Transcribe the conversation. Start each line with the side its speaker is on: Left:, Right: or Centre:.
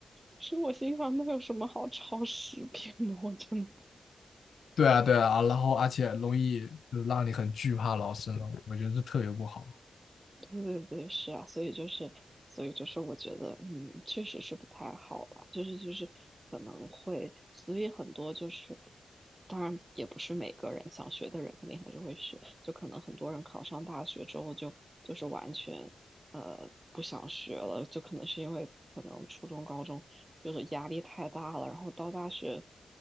Right: 是我心想，那有什么好抄十遍的？我真的
Left: 对啊，对啊，然后而且容易就是让你很惧怕老师呢，我觉得这特别不好。
Right: 对对对，是啊，所以就是，所以就是，我觉得，嗯，确实是不太好了，就是就是可能会，所以很多就是，当然也不是每个人想学的人肯定还是会学，就可能很多人考上大学之后就就是完全呃不想学了，就可能是因为可能初中高中就是压力太大了，然后到大学